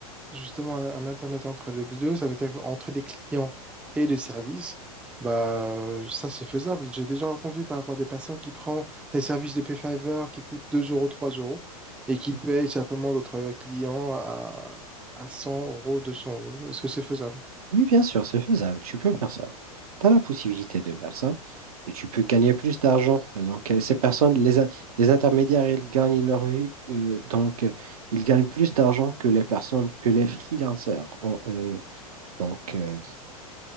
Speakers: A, in the centre; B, on the right.
A: justement un, un intermédiaire entre les deux, ça veut dire qu'entre les clients et les services, bah, euh, ça c'est faisable. J'ai déjà entendu par rapport à des patients qui prennent des services de Payfiver qui coûtent 2 euros, 3 euros et qui
B: oui,
A: payent simplement d'autres clients à, à 100 euros, 200 euros. Est-ce que c'est faisable?
B: oui, bien sûr, c'est faisable. Tu peux faire ça. Tu as la possibilité de faire ça et tu peux gagner plus d'argent. Et Donc, euh, ces personnes, les, in- les intermédiaires, ils gagnent leur vie. euh, donc, euh, ils gagnent plus d'argent que les personnes, que les freelancers. ont, euh, donc, euh,